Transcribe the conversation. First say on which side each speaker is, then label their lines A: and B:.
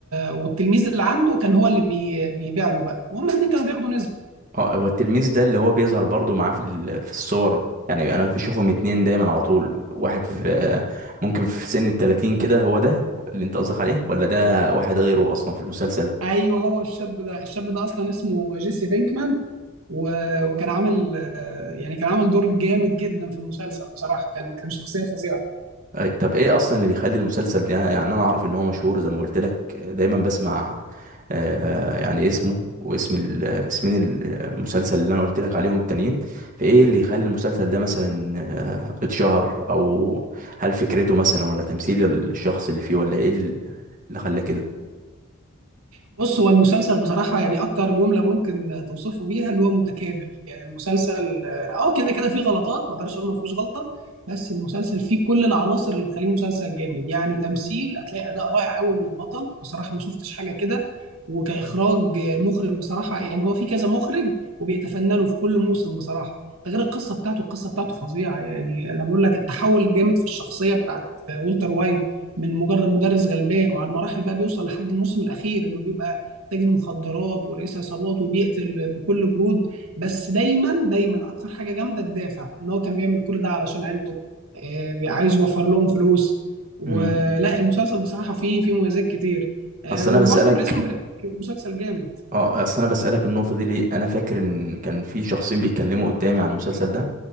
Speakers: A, on the right; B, on the right.
A: والتلميذ اللي عنده كان هو اللي بي... بيبيع له بقى وهم الاثنين كانوا بياخدوا نسبة
B: اه هو التلميذ ده اللي هو بيظهر برضو معاه في ال- في الصور يعني انا بشوفهم اتنين دايما على طول واحد في ممكن في سن التلاتين كده هو ده اللي انت قصدك عليه ولا ده واحد غيره اصلا في المسلسل
A: ايوه هو الشاب ده الشاب ده اصلا اسمه جيسي بينكمان و... وكان عامل آه، يعني كان عامل دور جامد جدا في المسلسل بصراحه كان كان شخصيه فظيعه
B: أي طب ايه اصلا اللي بيخلي المسلسل ده يعني انا اعرف ان هو مشهور زي ما قلت لك دايما بسمع آه يعني اسمه واسم ال- اسمين المسلسل اللي انا قلت لك عليهم التانيين فايه اللي يخلي المسلسل ده مثلا آه اتشهر او هل فكرته مثلا ولا تمثيل الشخص اللي فيه ولا ايه اللي خلاه كده
A: بص هو المسلسل بصراحة يعني أكتر جملة ممكن توصفه بيها إن هو متكامل يعني المسلسل أه كده كده فيه غلطات ما أقدرش أقول ما فيهوش غلطة بس المسلسل فيه كل العناصر اللي تخليه مسلسل جامد يعني تمثيل هتلاقي أداء رائع قوي من البطل بصراحة ما شفتش حاجة كده وكإخراج المخرج بصراحة يعني هو في كذا مخرج وبيتفننوا في كل موسم بصراحة ده غير القصة بتاعته القصة بتاعته فظيعة يعني أنا بقول لك التحول الجامد في الشخصية بتاعت والتر وايت من مجرد مدرس غلبان وعلى المراحل بقى بيوصل لحد الموسم الاخير انه بيبقى تاجر مخدرات ورئيس عصابات وبيقتل بكل برود بس دايما دايما اكتر حاجه جامده الدافع ان هو كان بيعمل كل ده علشان عيلته آه، عايز يوفر لهم فلوس ولا
B: امم
A: المسلسل بصراحه فيه فيه مميزات كتير آه،
B: اصل
A: وبرده
B: انا بسألك
A: بريزون بريك مسلسل جامد
B: اه اصل انا بسألك النقطة دي ليه انا فاكر ان كان في شخصين بيتكلموا قدامي عن المسلسل ده